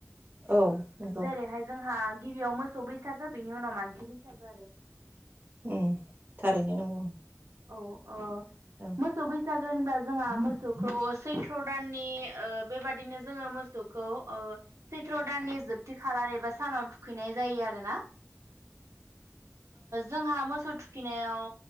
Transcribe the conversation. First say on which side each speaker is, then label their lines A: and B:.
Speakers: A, on the right (about 40°); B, on the right (about 80°).
A: औ नंगौ
B: जेरैहाय जोंहा गिबियाव मोसौ बैसागो बिनि उनाव मानसि बैसागो आरो
A: उ थारैनो नंगौ
B: औ अ
A: औ
B: मोसौ बै गो होनबा जोंहा मोसौखौ सैथ्र' दाननि बेबादिनो जोङो मोसौखौ सैथ्र' दाननि जोबथि खालार एबा सानाव थुखैनाय जायो आरो ना जोंहा मोसौ थुखिनायाव